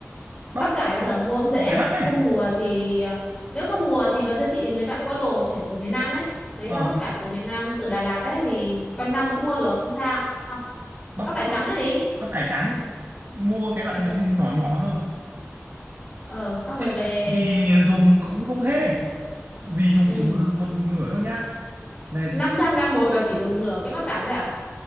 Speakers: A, on the right; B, on the left.
A: Bắp
B: Bắp cải giờ mua cũng dễ,
A: cải bắp ấy.
B: không mùa thì à, nếu không mùa thì vào siêu thị người ta cũng có đồ chuyển từ miền Nam ấy. Mấy
A: Ờ,
B: rau bắp cải từ miền Nam, từ Đà Lạt ấy thì quanh năm vẫn mua được, không sao.
A: bắp
B: Bắp cải
A: bắp
B: trắng cái gì?
A: bắp cải trắng. Mua cái loại
B: Ờ,
A: nó nhỏ nhỏ thôi.
B: ờ, xong
A: Em
B: rồi về
A: vì dùng cũng không hết ấy. Vì dùng
B: ừ
A: chỉ một một nửa thôi nhá. Này,
B: 500 gam bột là chỉ dùng nửa cái bắp cải thôi à?